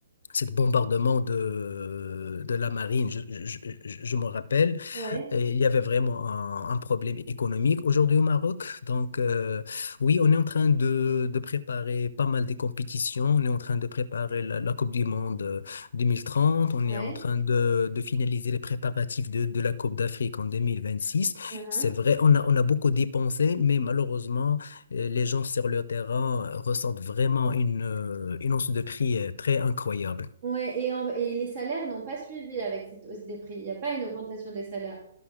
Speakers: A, on the left (about 70°); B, on the right (about 60°).
A: cette bombardement de, de la marine, je, je, je, je me rappelle,
B: Ouais,
A: et il y avait vraiment un, un problème économique aujourd'hui au Maroc. Donc, euh, oui, on est en train de, de préparer pas mal des compétitions. On est en train de préparer la, la Coupe du Monde euh, 2030. On
B: ouais,
A: est en train de, de finaliser les préparatifs de, de la Coupe d'Afrique en 2026.
B: mhm.
A: C'est vrai, on a, on a beaucoup dépensé, mais malheureusement, euh, les gens sur le terrain ressentent vraiment une, euh, une hausse de prix euh, très incroyable.
B: Ouais, et, en- et les salaires n'ont pas suivi avec cette hausse des prix. Il n'y a pas une augmentation des salaires.